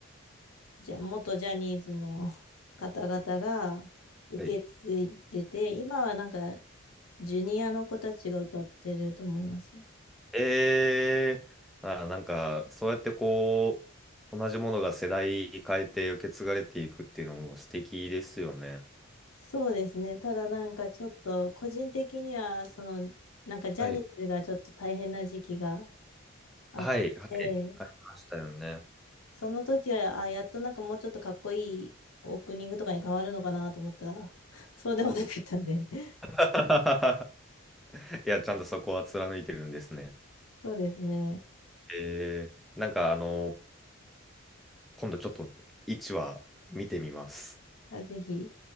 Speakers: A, on the left; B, in the centre.
A: じゃ、元ジャニーズの <laughs> 方々が受け継いでて、
B: はい
A: 今はなんか、ジュニアの子たちが歌ってると思います。
B: ええあー、なんか、そうやってこう、同じものが世代変えて受け継がれていくっていうのも素敵ですよね。
A: そうですね。ただなんか、ちょっと、個人的には、その、なんか、ジャニーズがちょっと大変な時期が
B: はい。
A: あって、
B: はい、はい、ありましたよね。
A: その時は、あ、やっとなんかもうちょっとかっこいいオープニングとかに変わるのかなと思ったら、<laughs> そうでもなかったんで。<laughs>
B: <laughs> いや、ちゃんとそこは貫いてるんですね。
A: そうですね。
B: えー、なんかあの、今度ちょっと1話見てみます。
A: あ、ぜひ。